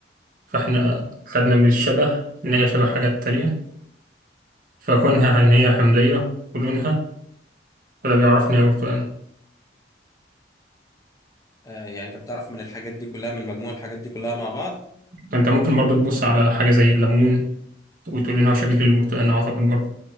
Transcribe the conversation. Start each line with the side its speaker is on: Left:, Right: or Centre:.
Right: فإحنا خدنا من الشبه إن هي شبه حاجات تانية فكونها هنية حمضية ولونها فده بيعرف إن هي برتقانة
Left: آه يعني انت بتعرف من الحاجات دي كلها من مجموع الحاجات دي كلها مع بعض
Right: فأنت ممكن برضو تبص على حاجة زي الليمون وتقول إن هو شبيه للبرتقال أعتقد برضو